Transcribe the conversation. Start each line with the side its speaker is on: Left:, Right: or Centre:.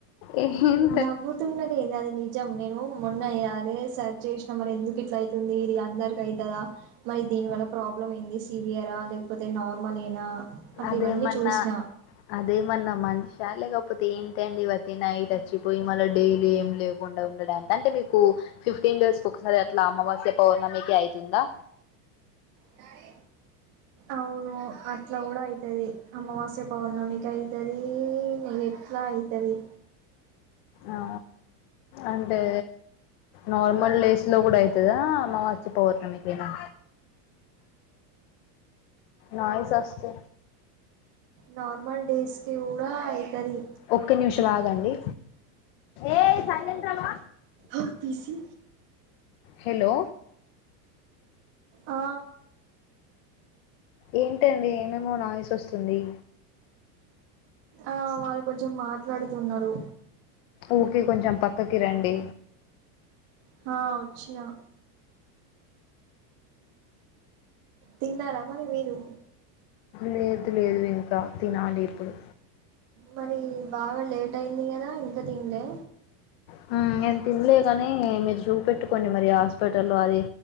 Left: ఏహెమో
Right: నవ్వుతున్నది ఏంది అది నీ నిజం నేను మొన్న అయ్యాలే సెచ్ జేసినా మరెందుకు ఇట్లా అయితుంది ఇది అందరికి అయి తద మరి దీనివల్ల ప్రాబ్లమ్ ఎంది సివియరా లేకపోతే నార్మలేనా అట్లా
Left: అదేమన్నా
Right: ఇవన్నీ చూసిన
Left: అదేమన్నా మనిష లేకపోతే ఏంటండి వట్టి నైట్ వచ్చిపోయి మళ్లీ డైలీ ఏమి లేవు ఉండ ఉండడానికి అంటే మీకు ఫిఫ్టీన్ డేస్ కోక్కసారి అట్లా అమావాస్య పౌర్ణమికి అయితుందా
Right: డాడీ అవును అట్లా గూడ అయితది అమావాస్య పౌర్ణమికి అయి తది నెగటివ్లా అయితది
Left: ఆ అంటే నార్మల్ డేస్ లో గూడ అయితదా మా చ్చ పోతనీకయినా నాయిస్ వస్తే
Right: నార్మల్ డేస్ కి కూడా అయితది
Left: ఒక్క నిమిషం ఆగండి ఏ సైలందవా
Right: ఓపీసి
Left: హలో
Right: ఆ
Left: ఏంటండి ఏమేమో నాయిస్ వస్తుంది
Right: ఆ వాళ్ళు కొంచెం మాట్లాడుతున్నరు
Left: ఓకే కొంచెం పక్కకి రండి
Right: హా వచ్చినా తిన్నారా మరి మీరు
Left: లేదు లేదు ఇంకా తినాలి ఇప్పుడు
Right: మరి బాగా లేట్ అయింది కదా ఇంకా తిన్ లే
Left: హా నేను తినలే కాని మీరు చూపెట్టుకోండి మరి హాస్పిటల్లో అది